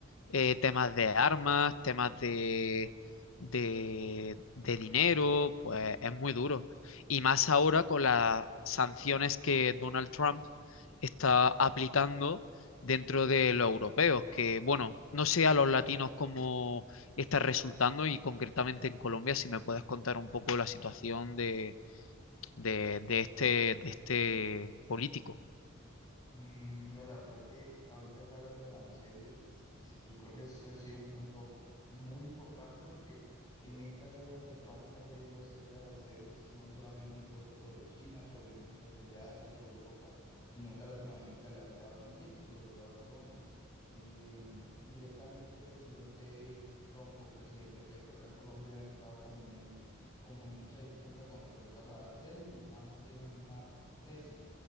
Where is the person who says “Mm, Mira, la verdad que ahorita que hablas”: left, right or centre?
Left